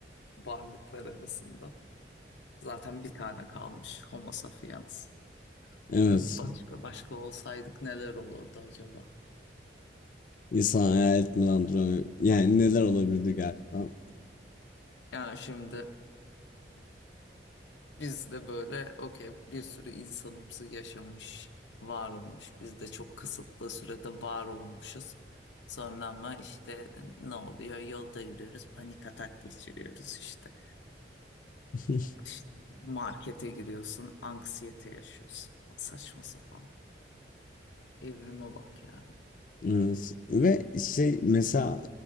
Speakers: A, on the left; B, on the left.
A: varlıklar arasında zaten bir tane kalmış Homo sapiens.
B: Evet.
A: <laughs> Başka başka olsaydık neler olurdu acaba?
B: İnsan hayal etmeden duramıyor. Yani neler olabilirdi gerçekten?
A: Yani şimdi Biz de böyle okey bir sürü insanımsı yaşamış, var olmuş. Biz de çok kısıtlı sürede var olmuşuz. Sonra ama işte ne oluyor? Yolda yürüyoruz, panik atak geçiriyoruz işte.
B: <laughs>
A: İşte markete giriyorsun, anksiyete yaşıyorsun. Saçma sapan. Evrime bak yani.
B: Evet. Ve şey mesela